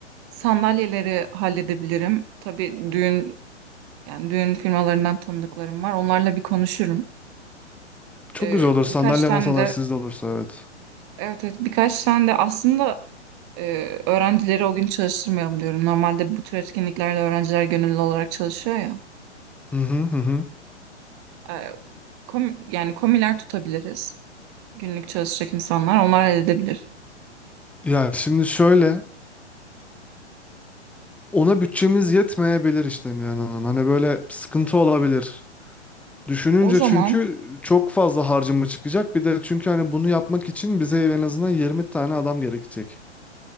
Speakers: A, on the right; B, in the centre.
A: sandalyeleri halledebilirim. Tabii düğün yani düğün firmalarından tanıdıklarım var. Onlarla bir konuşurum.
B: Çok
A: Eee,
B: güzel olur.
A: birkaç
B: Sandalye
A: tane
B: masalar
A: de
B: sizde olursa evet.
A: evet evet birkaç tane de aslında eee, öğrencileri o gün çalıştırmayalım diyorum. Normalde bu tür etkinliklerde öğrenciler gönüllü olarak çalışıyor ya.
B: Hı hı hı. hı.
A: Eee, kom- yani komiler tutabiliriz. Günlük çalışacak insanlar onlar halledebilir.
B: Ya şimdi şöyle. ona bütçemiz yetmeyebilir işte yani hanım. Hani böyle sıkıntı olabilir. Düşününce
A: O zaman
B: çünkü çok fazla harcama çıkacak. Bir de çünkü hani bunu yapmak için bize en azından 20 tane adam gerekecek.